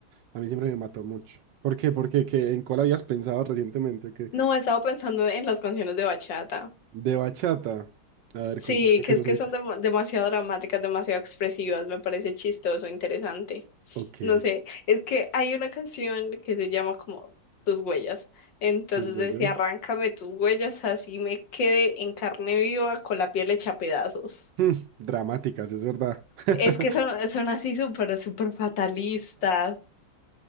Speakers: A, on the right; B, on the left.
A: a mí siempre me mató mucho. ¿Por qué? Porque ¿qué- ¿en cuál habías pensado recientemente? ¿O qué?
B: No, he estado pensando en las canciones de bachata.
A: De bachata. A ver,
B: Sí,
A: cuéntame yo
B: que
A: que
B: es
A: no
B: que
A: soy
B: son
A: tan...
B: demo- demasiado dramáticas, demasiado expresivas. Me parece chistoso, interesante.
A: Ok.
B: No sé, es que hay una canción que se llama como Tus huellas. Entonces
A: sus huellas
B: decía, arráncame tus huellas, así me quede en carne viva con la piel hecha pedazos.
A: mm, <laughs> dramáticas, es verdad. <laughs>
B: Es que son, son así súper, súper fatalistas.